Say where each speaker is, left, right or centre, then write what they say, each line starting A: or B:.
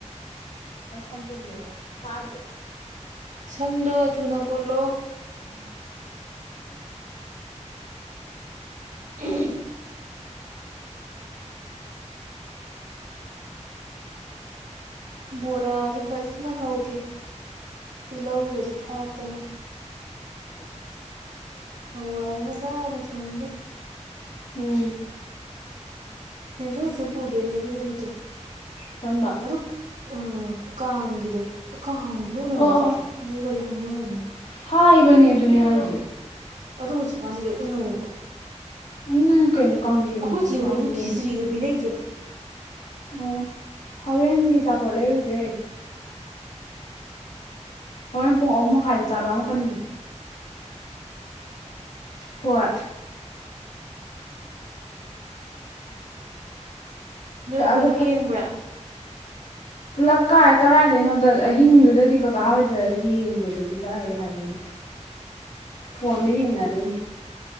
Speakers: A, on the left; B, on the right.
A: ꯑꯩꯁꯝꯄꯨꯔ ꯂꯩ ꯇꯗ
B: ꯁꯝꯗꯣ ꯊꯨꯅ ꯄꯨꯣꯜꯂꯣ
A: <unintelligible>
B: ꯎ ꯕꯣꯔꯥꯁꯦ ꯐꯖꯅ ꯍꯧꯒꯦ ꯇꯤꯜꯍꯧꯒꯁꯦ ꯊꯥꯛꯇꯅ
A: <unintelligible>
B: ꯍꯋꯥꯏ ꯑꯃ ꯅꯥꯟꯅ ꯊꯣꯡꯉꯒ
A: ꯎꯝ
B: ꯍꯦꯟꯊꯣꯏꯁꯨ ꯄꯨꯗꯣꯏꯅꯦ ꯑꯗꯨ ꯅꯨꯃꯤꯠꯇ
A: ꯀꯔꯝꯕ
B: ꯑꯗꯨ ꯑ ꯀꯥꯡꯒꯤꯗꯣ ꯀꯥꯡꯒꯅꯨꯅꯕꯗꯤ
A: ꯑꯣ ꯑꯣ
B: ꯊꯣꯛꯑꯗꯦꯒꯗꯤ ꯍꯥꯏꯅꯕꯅꯤ
A: ꯍꯥꯏꯕꯅꯦ ꯑꯗꯨꯅꯦ ꯍꯥꯏꯁꯦ
B: ꯑ ꯍꯧꯖꯤꯛꯀꯥꯟꯗꯤ ꯂꯣꯏ ꯎꯅꯔꯦꯀꯣ
A: ꯑꯣꯟꯅꯅ ꯀ ꯀꯪꯂꯦꯟ
B: ꯑꯩꯈꯣꯏ ꯆꯦ
A: ꯀꯥꯡꯂꯦ
B: ꯍꯣꯏꯁꯨ ꯈꯦꯆ꯭ꯔꯤꯒ ꯄꯤꯅꯩꯗꯣ
A: ꯑꯣ ꯍꯣꯔꯦꯟꯒꯤ ꯆꯆꯥꯄꯣꯠ ꯂꯩꯔꯨꯒꯦ ꯍꯣꯔꯦꯟ ꯄꯨꯡ ꯑꯍꯨꯝ ꯃꯈꯥꯏꯗꯤ ꯆꯥꯛ ꯂꯥꯛꯀꯅꯤꯅꯤ ꯍꯣꯏ
B: ꯅꯣꯏ ꯄꯨꯂꯞ
A: ꯑꯗꯨ ꯐꯠ
B: ꯌꯦꯡꯕ꯭ꯔꯥ
A: ꯄꯨꯂꯞ ꯀꯥꯏ ꯀꯔꯥꯏꯗꯣꯏꯅꯣꯗ ꯑꯍꯤꯡꯗꯨꯗꯗꯤ ꯀꯀꯥ ꯍꯣꯏꯗ ꯌꯦꯡꯕꯗꯨꯗꯤ ꯀꯥꯏꯑ ꯍꯥꯏꯗꯣꯏꯅꯣ ꯐꯣꯟꯗ ꯌꯦꯡꯅꯗꯣꯏꯅꯦ